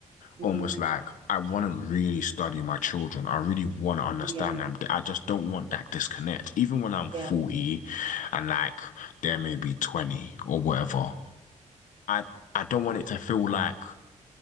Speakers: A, on the right; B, on the left.
A: hmm
B: almost like I want to really study my children. I really want to understand
A: Yeah,
B: them. I just don't want that disconnect. Even when I'm 40
A: yeah,
B: and like they're maybe 20 or whatever, I I don't want it to feel like